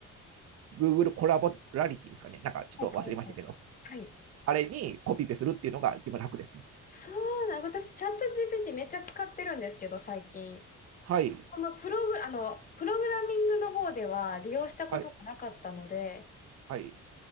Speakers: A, on the right; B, on the left.
A: Google コラボラリティですかね。なんかちょっと忘れましたけど、
B: はいはいはい。はい
A: あれにコピペするっていうのが一番楽ですね。
B: そうな、私、チャット GPT めっちゃ使ってるんですけど、最近。
A: はい。
B: このプログ、あの、プログラミングの方では利用したことがなかったので、
A: はい。はい。